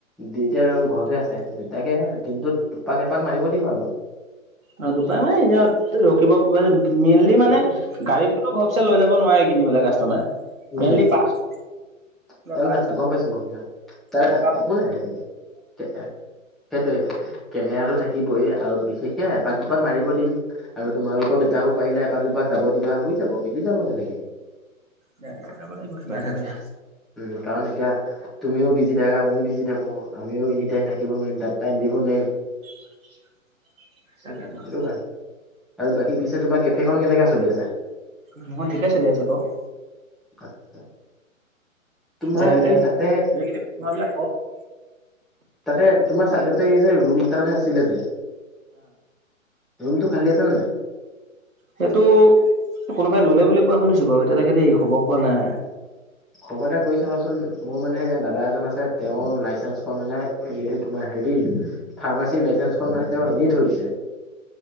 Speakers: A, in the centre; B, on the right (about 75°).
A: দেউতা আৰু ঘৰতে আছে দেউতাকে দিনটোত দুপাক, এপাক মাৰিব দিম আৰু।
B: অ দুপাক মানে ইনে আৰু ৰখিব মেইনলি মানে
A: সেইটোৱে
B: গাড়ী টো ঘপচে লৈ যাব নোৱাৰে কিনি পেলাই কাষ্টমাৰে
A: উম
B: মেইনলি পাৰ্টছ
A: <unintelligible>
B: পাৰ্টছ
A: গম পাইছো গম পাইছো তাৰ
B: থকা
A: একো নাই সেইটোৱে সেইটোৱে কেমেৰাটো থাকিবই আৰু বিশেষ এ এপাক, দুপাক মাৰিব দিম আৰু তোমালোকৰ দেউতাকো পাৰিলে এপাক, দুপাক যাব দিবা হৈ যাব মিলি যাব তেনেকে।
B: নাই মিলাব লাগিব কিবা এটা কৰি।
A: উম কাৰণ এতিয়া তুমিও বিজি থাকা, মইয়ো বিজি থাকো আমিও এনি টাইম থাকিব নোৱাৰিম, তাত টাইম দিব নোৱাৰিম।
B: <unintelligible>
A: সেইটো আৰু বাকী পিছে তোমাৰ কেফেখন কেনেকা চলি আছে?
B: মোৰখন ঠিকে চলি আছে বাৰু।
A: <unintelligible> তোমাৰ
B: যেনতেন
A: এই তাতে
B: <unintelligible>
A: তাকে তোমাৰ চাইডতে এই যে ৰুম এটা যে আছিলে যে ৰুমটো খালি আছে নে নাই?
B: সেইটো কোনোবাই ল'লে বুলি কোৱা শুনিছো বাৰু এতিয়ালেকে দেই খবৰ পোৱা নাই।
A: খবৰ এটা কৰি চাবাচোন মোৰ মানে দাদা এজন আছে তেওঁৰ লাইচেন্ঞ্চখন মানে এ তোমাৰ হেৰি ফাৰ্মাচীৰ লাইচেন্ঞ্চখন মানে তেওঁ এনেই থৈ দিছে।